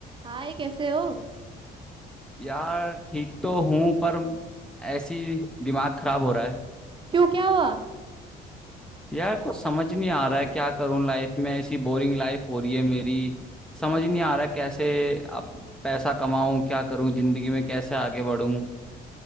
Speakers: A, on the right; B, in the centre.
A: हाय कैसे हो
B: यार ठीक तो हूँ पर ऐसी दिमाग खराब हो रहा है
A: क्यों क्या हुआ
B: यार कुछ समझ नहीं आ रहा है क्या करूँ लाइफ में ऐसी बोरिंग लाइफ हो रही है मेरी समझ नहीं आ रहा कैसे अब पैसा कमाऊँ क्या करूँ जिंदगी में कैसे आगे बढ़ूँ